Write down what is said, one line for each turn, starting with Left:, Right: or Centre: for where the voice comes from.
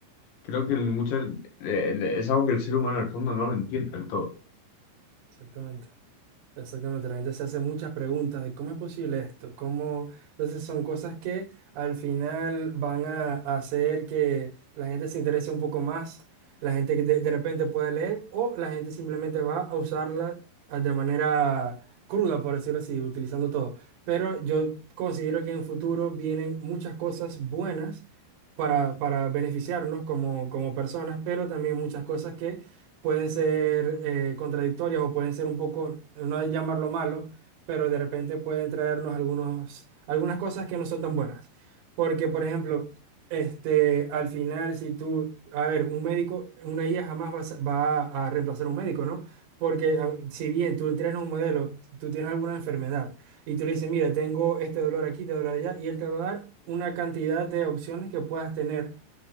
Left: creo que en muchas, eh, es algo que el ser humano en el fondo no lo entiende del todo.
Right: Exactamente. Exactamente, la gente se hace muchas preguntas de cómo es posible esto, cómo... Entonces son cosas que al final van a hacer que la gente se interese un poco más, la gente que de, de repente pueda leer o la gente simplemente va a usarla ah, de manera cruda, por decirlo así, utilizando todo. Pero yo considero que en futuro vienen muchas cosas buenas para, para beneficiarnos como, como personas, pero también muchas cosas que pueden ser eh, contradictorias o pueden ser un poco, no es llamarlo malo, pero de repente pueden traernos algunos, algunas cosas que no son tan buenas. Porque, por ejemplo, este, al final, si tú, a ver, un médico, una IA jamás va, a ser- va a reemplazar a un médico, ¿no? Porque a- si bien tú entrenas un modelo, tú tienes alguna enfermedad y tú le dices, mira, tengo este dolor aquí, este dolor allá, y él te va a dar una cantidad de opciones que puedas tener